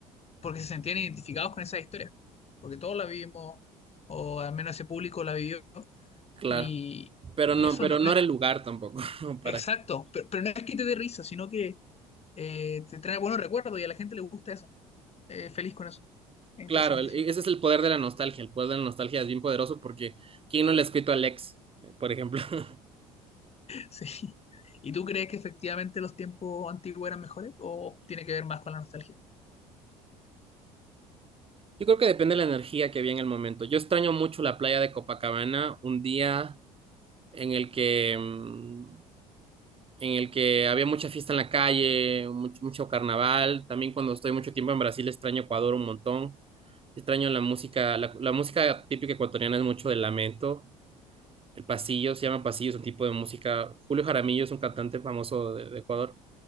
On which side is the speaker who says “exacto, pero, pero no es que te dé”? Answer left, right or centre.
Left